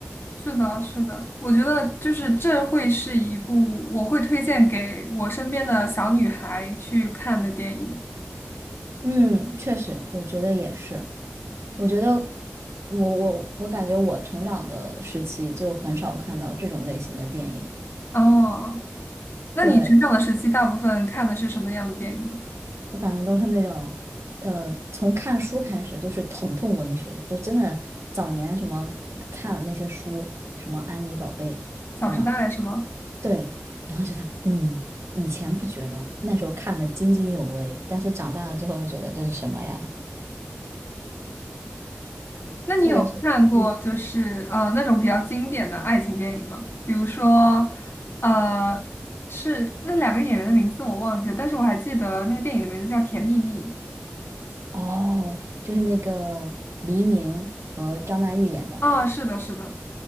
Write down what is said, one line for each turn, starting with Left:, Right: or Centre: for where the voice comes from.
Left: 是的，是的，我觉得就是这会是一部我会推荐给我身边的小女孩去看的电影。
Right: 嗯，确实，我觉得也是。我觉得我我我感觉我成长的时期就很少看到这种类型的电影。
Left: 哦，那你成长的时期大部分看的是什么样的电影呢
Right: 对，我感觉都是那种，呃，从看书开始就是疼痛文学，就真的早年什么看了那些书，什么安妮宝贝，
Left: 小时代》是吗？
Right: 对吗？对，然后觉得，嗯，以前不觉得，那时候看的津津有味，但是长大了之后就觉得这是什么呀？
Left: 那你有看过就是呃那种比较经典的爱情电影吗？
Right: 特别是，嗯，
Left: 比如说，呃，是那两个演员的名字我忘记了，但是我还记得那个电影的名字叫《甜蜜蜜》。
Right: 哦，就是那个黎明和张曼玉演的。
Left: 啊，是的，是的。